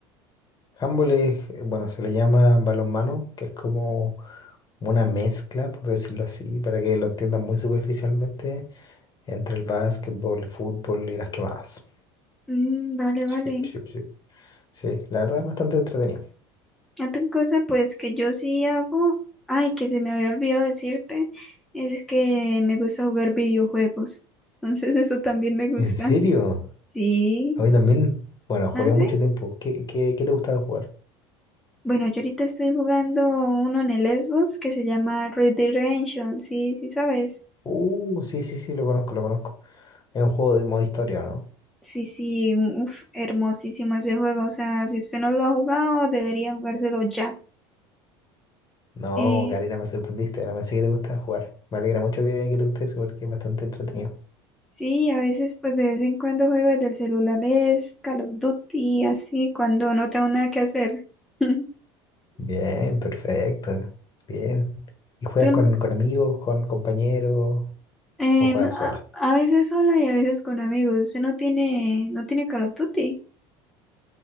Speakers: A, on the left; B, in the centre.
A: handball es, eh, bueno, se le llama balonmano, que es como una mezcla, por decirlo así, para que lo entiendan muy superficialmente, entre el básquetbol, el fútbol y las quemadas.
B: Mm, vale, vale.
A: Sí, sí, sí. Sí, la verdad es bastante entretenido.
B: Otra cosa, pues que yo sí hago, ay, que se me había olvidado decirte, es que me gusta jugar videojuegos. Entonces <laughs> eso también me gusta.
A: ¿En serio?
B: Sí.
A: A mí también, bueno, jugué
B: ¿Ah,
A: mucho
B: sí?
A: tiempo. ¿Qué, qué, qué te gustaba jugar?
B: Bueno, yo ahorita estoy jugando uno en el Xbox que se llama Red Dead Redemption, sí, sí sabes.
A: Uh, sí, sí, sí, lo conozco, lo conozco. Es un juego de modo historia, ¿o ¿no?
B: Sí, sí, uf, hermosísimo ese juego. O sea, si usted no lo ha jugado, debería jugárselo ya.
A: No,
B: Eh,
A: Karina, me sorprendiste, no pensé que te gustaba jugar. Me alegra mucho que, que te guste eso porque es bastante entretenido.
B: Sí, a veces pues de vez en cuando juego desde el celular es Call of Duty, así cuando no tengo nada que hacer. <laughs>
A: Bien, perfecto. Bien. ¿Y juegas
B: Tú,
A: con, con amigos, con compañeros
B: eh,
A: o juegas
B: no, a,
A: sola?
B: a veces sola y a veces con amigos. Usted no tiene, no tiene Call of Duty,